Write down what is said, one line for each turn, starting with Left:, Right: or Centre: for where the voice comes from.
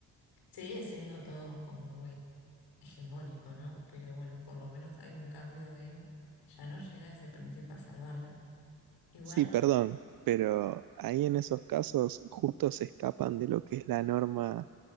Left: Sigue siendo todo como muy hegemónico, ¿no? Pero bueno, por lo menos hay un cambio en ya no llega ese príncipe a salvarla. Igual.
Right: Sí, perdón, pero ahí en esos casos justo se escapan de lo que es la norma.